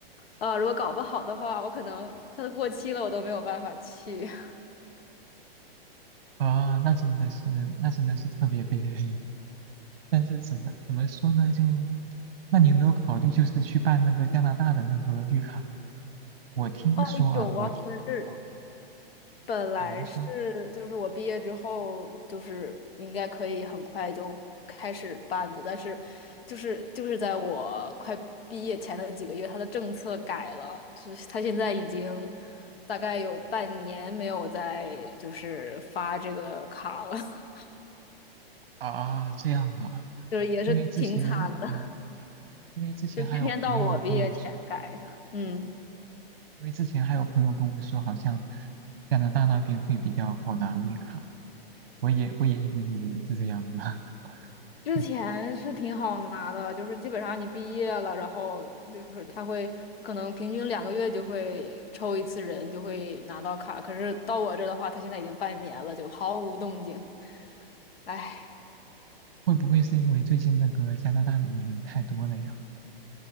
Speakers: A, on the left; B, on the right.
A: 啊、如果搞不好的话，我可能它都过期了，我都没有办法去。<laughs>
B: 啊，那真的是那真的是特别悲哀。<laughs> 但是怎么怎么说呢？就，那你有没有考虑就是去办那个加拿大的那个绿卡呢？我听说啊，
A: 哦，有啊，
B: 我听，
A: 可是
B: 哦，
A: 本来是就是我毕业之后就是应该可以很快就开始办的，
B: 啊，您说。
A: 但是就是就是在我快毕业前的几个月，他的政策改了，就是他现在已经大概有半年没有再，就是发这个卡了，<laughs>
B: 啊，这样啊，
A: 就是也是挺惨的，
B: 因为之前，嗯，因为之前还有朋友跟我说，
A: 就偏偏到我毕业前改的，嗯。
B: 因为之前还有朋友跟我说，好像加拿大那边会比较好拿绿卡，我也我也一直以为是这样的，
A: 之前是挺好拿的，
B: <laughs>
A: 就是基本上你毕业了，然后就是他会可能平均两个月就会抽一次人，就会拿到卡。可是到我这的话，他现在已经半年了，就毫无动静。唉，
B: 会不会是因为最近那个加拿大的移民太多了呀？